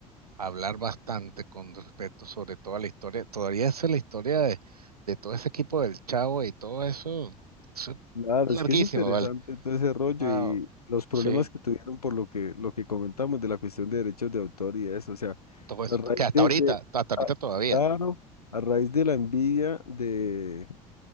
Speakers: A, on the right; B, on the left.
A: hablar bastante con respecto sobre toda la historia. Todavía es la historia de, de todo ese equipo del Chavo y todo eso. Eso es
B: Claro,
A: larguísimo,
B: es que es interesante
A: ¿vale?
B: todo ese rollo
A: Ah,
B: y los problemas
A: sí.
B: que tuvieron por lo que, lo que comentamos de la cuestión de derechos de autor y eso, o sea,
A: Todo eso,
B: a raíz
A: que hasta
B: de,
A: ahorita,
B: de-
A: hasta ahorita
B: a-
A: todavía.
B: claro, a raíz de la envidia de,